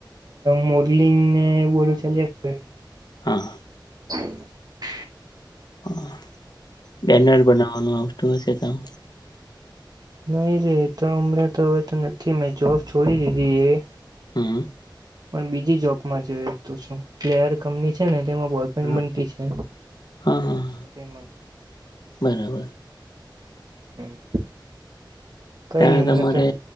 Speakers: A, on the right; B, on the left.
A: મોડલિંગ ને બધું ચાલીયા કરે.
B: હા.
A: <inaudible>
B: હા બેનર બનાવવાનું આવતું હશે કામ.
A: નહી રે તો હમણાં તો હવે તો નથી મેં જોબ છોડી દીધી એ.
B: હમ.
A: પણ બીજી જોબમાં જો તો શું. પ્લેયર કમની છે ને તેમાં બોલફ્રેન્ડ
B: હા
A: બનતી છે,
B: હા હા
A: તેમાં.
B: બરાબર
A: હમ. કઈ
B: ત્યાં
A: નહ ઉમર
B: તમારે
A: તો